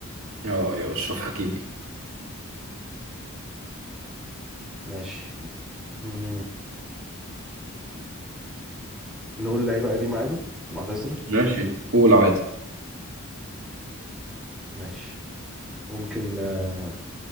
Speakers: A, on the right; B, in the centre.
A: اه ايوه اشرف حكيمي
B: ماشي مم. نقول لعيبه قديمه عادي معتزله
A: ماشي قول عادي
B: ماشي ممكن آه